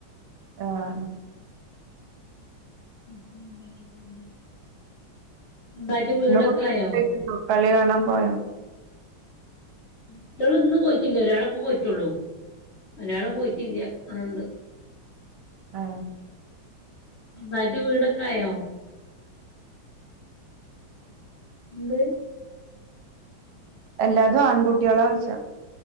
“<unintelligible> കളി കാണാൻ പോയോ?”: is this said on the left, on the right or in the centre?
Right